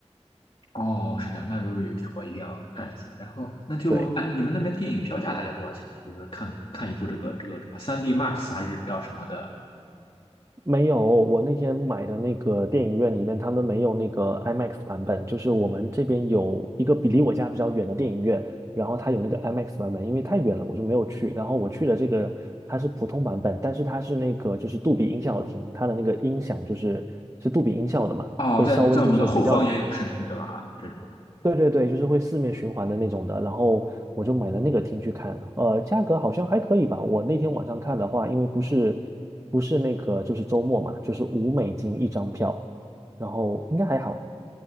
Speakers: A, on the left (about 50°); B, on the right (about 25°).
A: 哦，是这样。那如果有机会，一定要看一下。然后，那就哎，
B: 对。
A: 你们那边电影票价大概多少钱？就是看看一部这个这个什么三 d Max 还是叫什么的？
B: 没有，我那天买的那个电影院里面，他们没有那个 IMAX 版本，就是我们这边有一个比离我家比较远的电影院，然后它有那个 IMAX 版本，因为太远了，我就没有去。然后我去的这个它是普通版本，但是它是那个就是杜比音效厅，它的那个音响就是是杜比音效的嘛，
A: 哦，
B: 会稍微就是比较
A: 在在我们的后方也有声音，对吧？这种
B: 对对对，就是会四面循环的那种的，然后我就买了那个厅去看，呃，价格好像还可以吧。我那天晚上看的话，因为不是不是那个就是周末嘛，就是五美金一张票，然后应该还好。